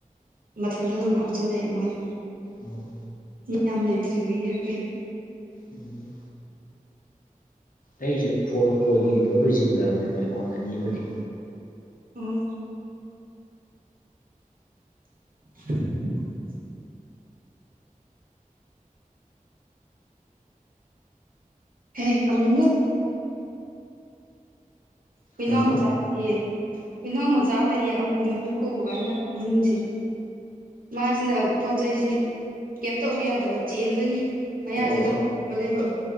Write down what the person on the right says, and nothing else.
ꯃꯊꯟꯇ ꯑꯗꯨꯝ ꯍꯥꯞꯆꯤꯜꯂꯛꯑꯦ ꯃꯣꯏꯅ
ꯌꯥꯝ ꯂꯩꯇ꯭ꯔꯤꯕ ꯑꯣꯏꯩꯒꯤꯔꯥ ꯀꯩꯅꯣ
ꯎꯝ <inaudible> ꯍꯦ ꯑ ꯃꯣꯃꯣ ꯍꯨꯏꯅꯥꯎ
ꯃꯆꯥ ꯑꯃ ꯂꯩꯑ ꯍꯨꯏꯅꯥꯎ ꯃꯆꯥ ꯑꯃ ꯂꯩꯑ ꯑꯃꯨ ꯃꯨꯀꯨ ꯀꯧꯕ ꯍꯥꯏꯩꯅ ꯃꯃꯤꯡꯁꯦ ꯃꯥꯁꯤꯅ ꯄꯣꯠ ꯆꯩꯩꯁꯤ ꯀꯩꯝꯇ ꯎ ꯌꯥꯗꯕ ꯆꯦꯟꯗꯨꯒꯤ ꯃꯌꯥꯁꯦ
ꯑꯗꯨꯝ ꯎ ꯂꯩꯕ